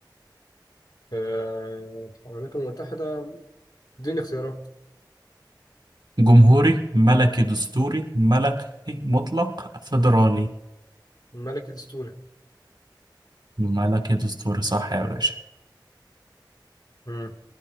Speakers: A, on the left; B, on the right.
A: آه، الولايات المتحدة اديني اختيارات
B: جمهوري ملكي دستوري ملكي مطلق فيدرالي
A: الملك الدستوري
B: ملكي دستوري صح يا باشا
A: مم.